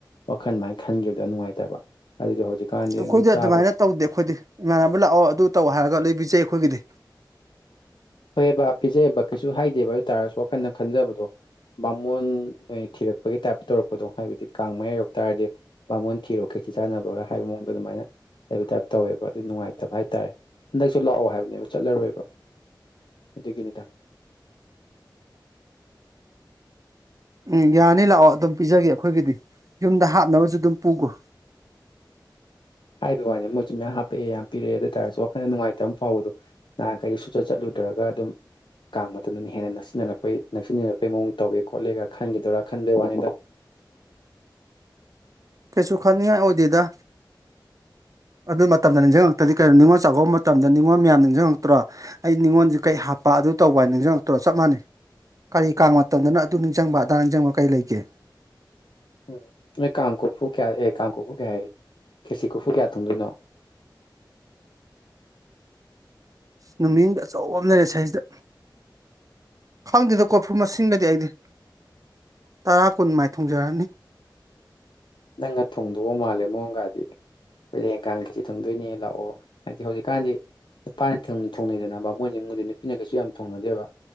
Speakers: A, on the left; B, on the right.
A: ꯋꯥꯈꯟꯃꯥꯏꯅ ꯈꯟꯈꯤꯕꯗꯣ ꯅꯨꯡꯉꯥꯏꯇꯕ ꯑꯗꯨꯗꯤ ꯍꯧꯖꯤꯛꯀꯥꯟꯗꯤ
B: ꯑꯩꯈꯣꯏꯗꯤ
A: ꯑꯗꯨꯝ ꯆꯥꯕ
B: ꯑꯗꯨꯃꯥꯏꯅ ꯇꯧꯗꯦ ꯑꯩꯈꯣꯏꯗꯤ ꯏꯃꯥꯟꯅꯕ ꯂꯥꯛꯑꯣ ꯑꯗꯨ ꯇꯧ ꯍꯥꯏꯔꯒ ꯂꯩꯕꯤꯖꯩ ꯑꯩꯈꯣꯏꯒꯤꯗꯤ
A: ꯐꯣꯏꯑꯦꯕꯕꯥ ꯄꯤꯖꯩꯑꯕ ꯀꯩꯁꯨ ꯍꯥꯏꯗꯦꯕ ꯑꯗꯨ ꯇꯥꯔꯁꯨ ꯋꯥꯈꯜꯟꯅ ꯈꯟꯖꯕꯗꯣ ꯕꯥꯃꯣꯟ ꯑꯣꯏꯅ ꯊꯤꯔꯛꯄꯒꯤ ꯇꯥꯏꯞꯇ ꯇꯧꯔꯛꯄꯗꯣ ꯍꯥꯏꯕꯗꯤ ꯀꯥꯡ ꯃꯌꯥ ꯌꯧꯛꯇꯔꯗꯤ ꯄꯥꯃꯣꯟ ꯊꯤꯔꯣ ꯈ ꯀꯩꯆꯠ ꯆꯥꯟꯅꯕꯒ ꯍꯥꯏꯕ ꯃꯑꯣꯡꯗ ꯑꯗꯨꯃꯥꯏꯅ ꯂꯩꯕ ꯇꯥꯏꯞ ꯇꯧꯋꯦꯕ ꯑꯗꯨ ꯅꯨꯡꯉꯥꯏꯇꯕ ꯍꯥꯏꯇꯥꯔꯦ ꯍꯟꯗꯛꯁꯨ ꯂꯥꯛꯑꯣ ꯍꯥꯏꯕꯅꯦꯕ ꯆꯠꯂꯔꯣꯏꯦꯕ ꯑꯗꯨꯒꯤꯅꯤꯗ
B: ꯎꯝ ꯌꯥꯅꯤ ꯂꯥꯛꯑꯣ ꯑꯗꯨꯝ ꯄꯤꯖꯒꯦ ꯑꯩꯈꯣꯏꯒꯤꯗꯤ ꯌꯨꯝꯗ ꯍꯥꯞꯅꯕꯁꯨ ꯑꯗꯨꯝ ꯄꯨꯈꯣ
A: ꯍꯥꯏꯕ ꯋꯥꯅꯤ ꯃꯣꯏꯁꯨ ꯃꯌꯥꯝ ꯍꯥꯄꯛꯑꯦ ꯌꯥꯝ ꯄꯤꯔꯛꯑꯦ ꯑꯗꯨ ꯑꯣꯏꯇꯥꯔꯁꯨ ꯋꯥꯈꯜ ꯅꯨꯡꯉꯥꯏꯇꯕ ꯐꯥꯎꯕꯗꯣ ꯅꯍꯥꯟꯈꯩ ꯁꯨꯆꯠ ꯆꯠꯂꯨꯗ꯭ꯔꯒ ꯑꯗꯨꯝ ꯀꯥꯡ ꯃꯇꯝꯗꯅ ꯍꯦꯟꯅ ꯅꯛꯁꯤꯟꯅꯔꯛꯄꯩ ꯅꯛꯁꯤꯟꯅꯔꯛꯄꯩ ꯃꯑꯣꯡ ꯇꯧꯋꯦ ꯈꯣꯠꯂꯦꯒ ꯈꯟꯈꯤꯗꯣꯏꯔꯥ ꯈꯟꯕꯩ ꯋꯥꯅꯤꯗ
B: ꯀꯩꯁꯨ ꯈꯟꯅꯤꯡꯉꯥꯏ ꯑꯣꯏꯗꯦꯗ ꯑꯗꯨ ꯃꯇꯝꯗ ꯅꯤꯡꯖꯪꯉꯛꯇ꯭ꯔꯗꯤ ꯀꯩꯅꯣ ꯅꯤꯡꯉꯣꯜꯆꯥꯛꯀꯧꯕ ꯃꯇꯝꯗ ꯅꯤꯡꯉꯣꯜ ꯃꯌꯥꯝ ꯅꯤꯡꯁꯤꯡꯉꯛꯇ꯭ꯔꯣ ꯑꯩ ꯅꯤꯡꯉꯣꯟꯖꯤ ꯀꯩ ꯍꯥꯞꯄ ꯑꯗꯨ ꯇꯧꯕ ꯍꯥꯏ ꯅꯤꯡꯁꯤꯡꯉꯛꯇꯔꯣ ꯆꯞ ꯃꯥꯟꯅꯩ ꯀꯔꯤ ꯀꯥꯡ ꯃꯇꯝꯗꯅ ꯑꯗꯨ ꯅꯤꯡꯖꯪꯕ ꯑꯗꯥ ꯅꯤꯡꯖꯪꯕ ꯀꯔꯤ ꯂꯩꯒꯦ
A: ꯎꯝ ꯅꯣꯏ ꯀꯥꯡ ꯀꯐꯨ ꯀꯌꯥ ꯑꯦ ꯀꯥꯡ ꯀꯐꯨ ꯀꯌꯥ ꯍꯥꯏ ꯈꯦꯆꯤ ꯀꯣꯔꯐꯨ ꯀꯌꯥ ꯊꯣꯡꯗꯣꯏꯅꯣ
B: ꯅꯨꯃꯤꯠꯌꯨꯡꯕꯤ ꯑꯆꯧꯕ ꯑꯃ ꯂꯩꯔꯦ ꯁꯩꯁꯤꯗ ꯈꯪꯗꯦꯗ ꯀꯣꯔꯐꯨ ꯃꯁꯤꯡꯒꯗꯤ ꯑꯩꯗꯤ ꯇꯔꯥ ꯀꯨꯟ ꯃꯥꯏ ꯊꯣꯡꯖꯔꯛꯑꯅꯤ
A: ꯅꯪꯅ ꯊꯣꯡꯗꯧꯒ ꯃꯥꯜꯂꯦ ꯃꯑꯣꯡꯒꯥꯗꯤ ꯑꯩꯈꯣꯏꯗꯤ ꯍꯌꯦꯡ ꯀꯥꯡ ꯈꯦꯆꯤ ꯊꯣꯡꯗꯣꯏꯅꯦ ꯂꯥꯛꯑꯣ ꯍꯥꯏꯗꯤ ꯍꯧꯖꯤꯛꯀꯥꯟꯗꯤ ꯅꯨꯄꯥꯅ ꯊꯣꯡ ꯊꯣꯡꯅꯩꯗꯅ ꯕꯥꯃꯣꯟ ꯌꯨꯝꯒꯗꯤ ꯅꯨꯄꯤꯅ ꯀꯩꯁꯨ ꯌꯥꯝ ꯊꯣꯡꯅꯗꯦꯕ